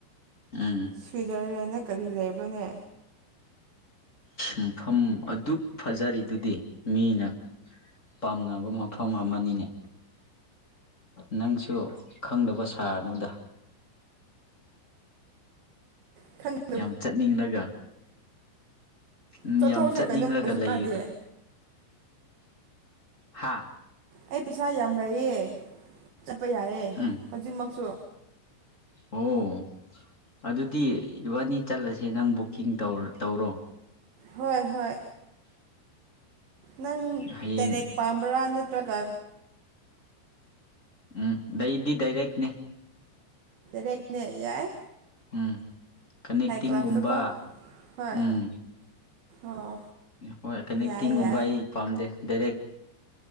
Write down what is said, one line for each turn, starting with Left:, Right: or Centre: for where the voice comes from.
Left: ꯎꯝ
Right: ꯁ꯭ꯋꯤꯖꯔꯂꯦꯟꯗ ꯀꯔꯤ ꯂꯩꯕꯅꯦ
Left: ꯃꯐꯝ ꯑꯗꯨ ꯐꯖꯔꯤꯗꯨꯗꯤ ꯃꯤꯅ ꯄꯥꯝꯅꯕ ꯃꯐꯝ ꯑꯃꯅꯤꯅꯦ ꯅꯪꯁꯨ ꯈꯪꯗꯕ ꯁꯥꯔꯅꯗ
Right: ꯊꯪ
Left: ꯌꯥꯝ ꯆꯠꯅꯤꯡꯂꯒ ꯎꯝ
Right: ꯆꯠꯊꯣꯛꯎꯁꯦ
Left: ꯌꯥꯝ ꯆꯠꯅꯤꯡꯉꯒ
Right: ꯀꯩꯅꯣ ꯀꯩꯁꯨ
Left: ꯂꯩ
Right: ꯀꯥꯏꯗꯦ
Left: ꯍꯥ
Right: ꯑꯩ ꯄꯩꯁꯥ ꯌꯥꯝ ꯂꯩꯌꯦ ꯆꯠꯄ ꯌꯥꯏꯑꯦ
Left: ꯎꯝ
Right: ꯍꯧꯖꯤꯛꯃꯛꯁꯨ
Left: ꯑꯣ ꯑꯗꯨꯗꯤ ꯏꯕꯥꯅꯤ ꯆꯠꯂꯁꯦ ꯅꯪ ꯕꯨꯛꯀꯤꯡ ꯇꯧ ꯇꯧꯔꯣ
Right: ꯍꯣꯏ ꯍꯣꯏ ꯅꯪ
Left: ꯍꯌꯦꯡ
Right: ꯗꯥꯏꯔꯦꯛ ꯄꯥꯝꯕ꯭ꯔꯥ ꯅꯠꯇ꯭ꯔꯒ
Left: ꯎꯝ ꯑꯩꯗꯤ ꯗꯥꯏꯔꯦꯛꯅꯦ
Right: ꯔꯦꯠꯅꯦ ꯌꯥꯏ
Left: ꯎꯝ ꯀꯅꯦꯛꯇꯤꯡꯒꯨꯝꯕ
Right: ꯍꯥꯏ ꯀ꯭ꯂꯥꯁꯇꯀꯣ ꯍꯣꯏ
Left: ꯎꯝ
Right: ꯑꯣ
Left: ꯍꯣꯏ ꯀꯅꯤ
Right: ꯌꯥꯏ
Left: ꯇꯤꯡꯒꯨꯝꯕꯥ
Right: ꯌꯥꯏ
Left: ꯑꯩ ꯄꯥꯝꯗꯦ ꯗꯥꯦꯔꯦꯛ